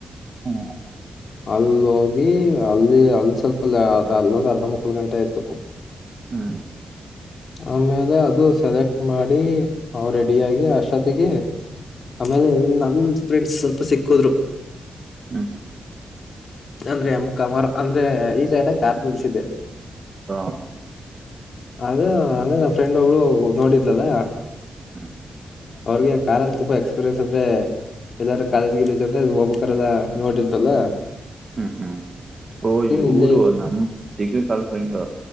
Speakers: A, on the right; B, on the left.
A: ಹ್ಮ್
B: ಅಲ್ಲೋಗಿ ಅಲ್ಲಿ <inaudible> <unintelligible> ಅಲ್ ಸ್ವಲ್ಪ ಅದ ಅಲ್ಲ ಅರ್ಧ ಮುಕ್ಕಲ್ ಗಂಟೆ ಆಯ್ತು
A: ಹ್ಮ್
B: ಆಮೇಲೆ ಅದು ಸೆಲೆಕ್ಟ್ ಮಾಡಿ ಅವ ರೆಡಿಯಾಗಿ ಅಷ್ಟೊತ್ತಿಗೆ ಆಮೇಲೆ ನಮ ಫ್ರೆಂಡ್ಸ್ ಸ್ವಲ್ಪ ಸಿಕ್ಕದ್ರು
A: ಹ್ಮ
B: ಅಂದ್ರೆ ಅಮ್ ಕವರ್ ಅಂದ್ರೆ ಈ <unintelligible> ಕಾರ್ <unintelligible> ನಿಲ್ಸಿದೆ
A: ಹ
B: ಅದ ಅಂದ್ರ ನಾ ಫ್ರೆಂಡ್ ಒಬ್ಳು ನೋಡಿದ್ಲಲ್ಲ
A: <inaudible>
B: ಅವ್ರಿಗೆ ಕಾರಲ್ಲಿ ತುಂಬಾ ಎಕ್ಸ್ಪೀರಿಯನ್ಸ್ ಅಂದ್ರೆ ಎಲ್ಲಾರೂ ಕಾಲೇಜ್ಗ್ದ ಅಂದ್ರೆ ಹೋಗ್ಬೇಕಲ್ಲಾ ನೋಡಿರ್ತಲ್ಲ
A: ಹ್ಮ್ ಹ್ಮ್ ಓ ಇವ್ರು
B: ಇಲ್ಲೇ ಐತ್
A: ನಮ್ ಡಿಗ್ರಿ ಕಾಲೇಜ್ ಫ್ರೆಂಡು